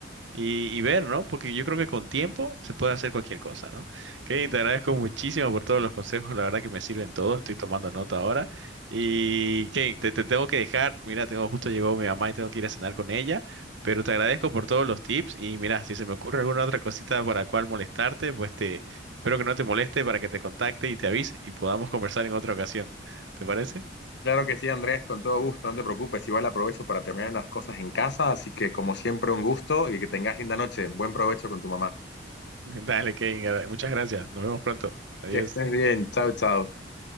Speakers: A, on the right; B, on the left.
A: Y, y ver, ¿no? Porque yo creo que con tiempo se puede hacer cualquier cosa, ¿no? Kevin te agradezco muchísimo por todos los consejos, la verdad que me sirven todos, estoy tomando nota ahora. Y Kevin te, te tengo que dejar, mira, tengo justo llegó mi mamá y tengo que ir a cenar con ella, pero te agradezco por todos los tips y mira, si se me ocurre alguna otra cosita para cual molestarte, pues te espero que no te moleste para que te contacte y te avise y podamos conversar en otra ocasión. ¿Te parece?
B: Claro que sí, Andrés, con todo gusto, no te preocupes, igual aprovecho para terminar unas cosas en casa, así que como siempre un gusto y que tengas linda noche, buen provecho con tu mamá.
A: <laughs> Dale, Kevin, muchas gracias. Nos vemos pronto. Adiós.
B: Que estés bien, chao, chao.